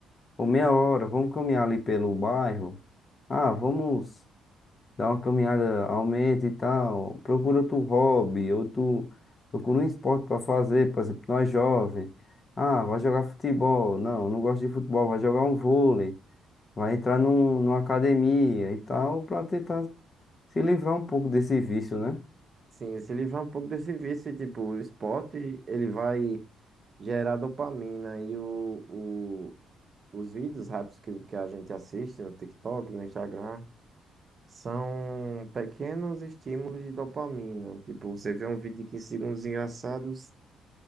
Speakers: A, on the left (about 30°); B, on the right (about 30°).
A: ou meia hora, vamos caminhar ali pelo bairro. Ah, vamos. dá uma caminhada, aumenta e tal. Procura outro hobby, ou tu Procura um esporte pra fazer, por exemplo, nós jovens. Ah, vai jogar futebol. Não, não gosto de futebol, vai jogar um vôlei. Vai entrar num, numa academia e tal, pra tentar se livrar um pouco desse vício, né?
B: Sim, se livrar um pouco desse vício, e, tipo, o esporte, ele vai gerar dopamina e o, Os vídeos rápidos que, que a gente assiste no TikTok, no Instagram, são pequenos estímulos de dopamina. Tipo, você vê um vídeo de 15 segundos engraçado, s-